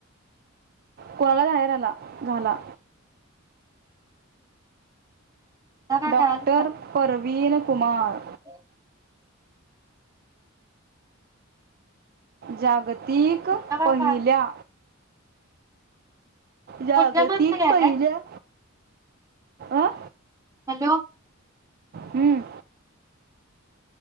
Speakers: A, on the right; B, on the right.
A: कुणाला बाहेर आला झाला.
B: काय
A: डॉक्टर
B: कळालं नाही मला
A: परवीन कुमार.
B: <inaudible>
A: जागत तीक
B: कुठला काय
A: पहिल्या
B: कळालं
A: जागतिक
B: कुठल्या माणसं घ्यायल्यास
A: पहिल्या आं.
B: हॅलो.
A: हम्म.